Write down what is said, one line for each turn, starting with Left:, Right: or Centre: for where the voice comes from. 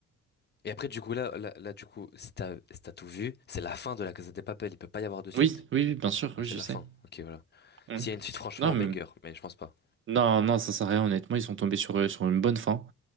Left: Et après, du coup, là, là, là, du coup, si t'as, si t'as tout vu, c'est la fin de la Casa des Papel. Il peut pas y avoir de suite.
Right: Oui, oui, oui, bien sûr,
Left: Ah,
Right: oui,
Left: c'est
Right: je
Left: la
Right: sais.
Left: fin. Ok, voilà.
Right: Mm.
Left: S'il y a une suite, franchement,
Right: Non, mais...
Left: banger, mais je pense pas.
Right: Non, non, ça sert à rien, honnêtement. Ils sont tombés sur, euh, sur une bonne fin.